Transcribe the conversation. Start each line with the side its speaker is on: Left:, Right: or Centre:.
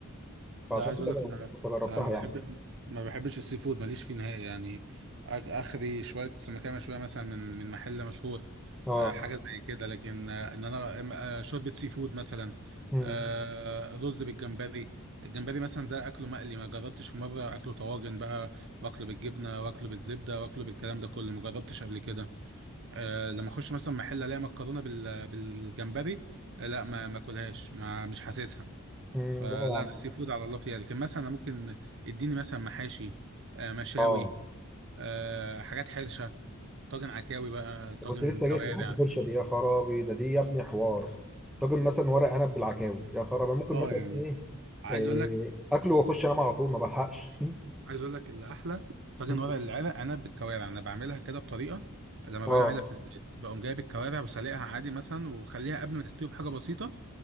Centre: فعشان
Right: ده عايز
Centre: كده
Right: اقول
Centre: جر-
Right: لك ان انا
Centre: كنت جربتها
Right: أنا ما
Centre: يعني
Right: بحب ما بحبش السي فود ماليش فيه نهائي يعني آك- اخري شويه سمكيه مشويه مثلا من من محل مشهور
Centre: اه
Right: آه، حاجه زي كده لكن آه، ان انا إم- آه، شوربه سي فود مثلا
Centre: امم
Right: آه، رز بالجمبري الجمبري مثلا ده اكله مقلي ما جربتش في مره اكله طواجن بقى واكله بالجبنه واكله بالزبده واكله بالكلام ده كله ما جربتش قبل كده أه لما اخش مثلا محل الاقي مكرونه بال- بالجمبري آه، لا ما ما اكلهاش ما مش حاسسها
Centre: امم
Right: فلا
Centre: لا يا
Right: انا
Centre: عم
Right: السي فود على الله فيها يعني كان مثلا أنا ممكن اديني مثلا محاشي آه، مشاوي
Centre: اه
Right: آه، حاجات حرشه طاجن عكاوي بقى طاجن
Centre: كنت لسه
Right: كوارع
Centre: جاي في حته الحرشه دي يا خرابي ده دي يا ابني حوار طاجن مثلا ورق عنب بالعكاوي يا خرابي ممكن
Right: اه
Centre: مثلا
Right: يعني
Centre: ايه,
Right: عايز
Centre: إيه
Right: اقول لك
Centre: اكله واخش انام على طول ما بلحقش
Right: عايز اقول لك اللي احلى طاجن
Centre: <laughs>
Right: ورق العنب عنب بالكوارع انا بعملها كده بطريقه لما
Centre: اه
Right: باجي اعملها في البيت بقوم جايب الكوارع وسلقها عادي مثلا واخليها قبل ما تستوي بحاجه بسيطه